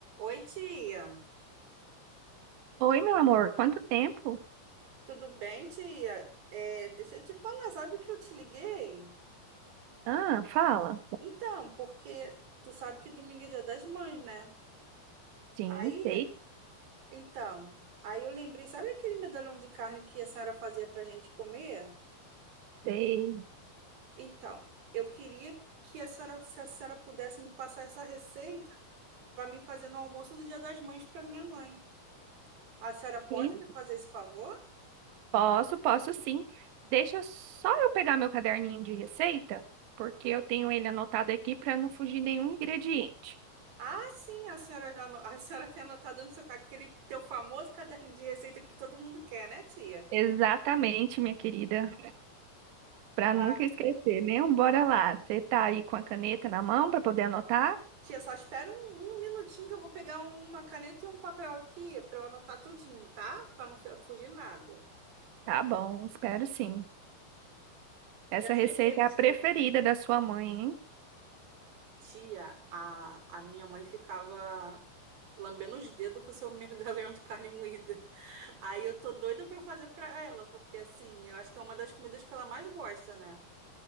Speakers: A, on the right; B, on the right.
A: Oi, tia.
B: Oi, meu amor, quanto tempo?
A: Tudo bem, tia? É, deixa eu te falar, sabe que eu te liguei?
B: Ah, fala.
A: Então, porque tu sabe que domingo é dia das mães, né?
B: Sim,
A: Aí,
B: sei,
A: então, aí eu lembrei, sabe aquele medalhão de carne que a senhora fazia pra gente comer?
B: sei.
A: Então, eu queria que a senhora, se a senhora pudesse me passar essa receita para mim fazer no almoço do dia das mães para minha mãe. A senhora pode
B: Sim,
A: me fazer esse favor?
B: posso, posso sim. Deixa só eu pegar meu caderninho de receita, porque eu tenho ele anotado aqui para não fugir nenhum ingrediente.
A: Ah, sim, a senhora já, ano- <laughs> a senhora tem anotado no seu caderno aquele teu famoso caderno de receita que todo mundo quer, né, tia?
B: Exatamente, minha querida, para nunca
A: Tá?
B: esquecer, né? Um Bora lá. Você tá aí com a caneta na mão para poder anotar?
A: Tia, só espera um, um minutinho que eu vou pegar um, uma caneta e um papel aqui para eu anotar tudinho, tá? Para não fe- fugir nada.
B: Tá bom, espero sim. Essa
A: Já cheguei,
B: receita é
A: tia.
B: a preferida da sua mãe, hein?
A: Tia, a, a minha mãe ficava lambendo os dedos com o seu medalhão de carne moída. Aí eu tô doida para fazer para ela, porque assim, eu acho que é uma das comidas que ela mais gosta, né?